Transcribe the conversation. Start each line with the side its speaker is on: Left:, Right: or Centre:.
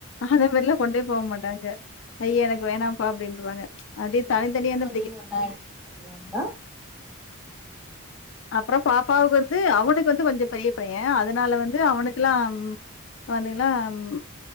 Left: அந்த மாரிலா கொண்டே போக மாட்டாங்க ஐய எனக்கு வேணாம்ப்பா அப்படின்றுவாங்க ச் அப்படியே தனித்தனிய அந்த
Centre: நீ ஒன்னா எடுத்துட்டு போய்டுவாங்களா
Left: அப்றோ பாப்பாவுக்கு வந்து அவனுக்கு வந்து கொஞ்சோ பெரிய பையன் அதனால வந்து அவனுக்குலா ம்ம் வந்தீங்களா ம்ம்